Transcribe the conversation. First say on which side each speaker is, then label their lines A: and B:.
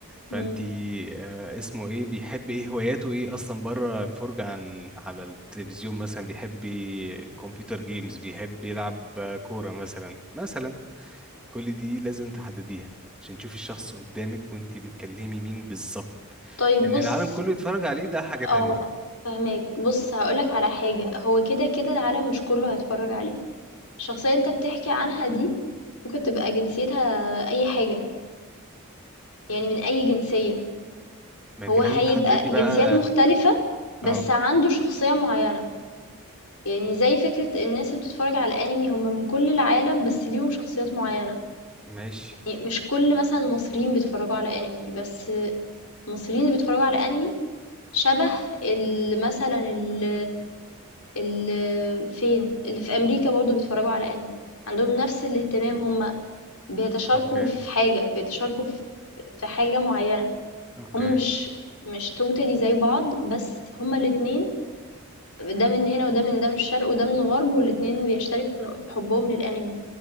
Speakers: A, in the centre; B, on the left (about 85°).
A: فانت
B: مم.
A: آه اسمه ايه بيحب ايه هواياته ايه اصلا بره فرجة عن على التلفزيون مثلا بيحب الكمبيوتر جيمز بيحب يلعب آه، كورة مثلا مثلا كل دي لازم تحدديها عشان تشوفي الشخص قدامك وانت بتكلمي مين بالظبط
B: طيب
A: ان
B: بص
A: العالم كله يتفرج عليه ده حاجة
B: اه
A: تانية
B: فاهماك بص هقولك على حاجة هو كده كده العالم مش كله هيتفرج عليه الشخصية اللي انت بتحكي عنها دي ممكن تبقى جنسيتها أي حاجة يعني من أي جنسية
A: ما انت
B: هو
A: لازم
B: هيبقى
A: تحددي بقى
B: جنسيات مختلفة بس
A: اه
B: عنده شخصية معينة يعني زي فكرة الناس اللي بتتفرج على الأنمي هم من كل العالم بس ليهم شخصيات معينة
A: ماشي
B: يعني مش كل مثلًا المصريين بيتفرّجوا على أنمي، بس المصريين اللي بيتفرّجوا على أنمي شَبه ال مثلًا ال ال فين، اللي في أمريكا برضه بيتفرّجوا على أنمي، عندهم نَفْس الاهتمام، هم بيتشاركوا
A: اوكي
B: في حاجة، بيتشاركوا في في حاجة معيّنة،
A: اوكي
B: هم مش مش totally زي بعض، بس هم الاتنين ده من هنا وده من ده من الشرق وده من الغرب والاتنين بيشتركوا في في حُبّهم للأنمي.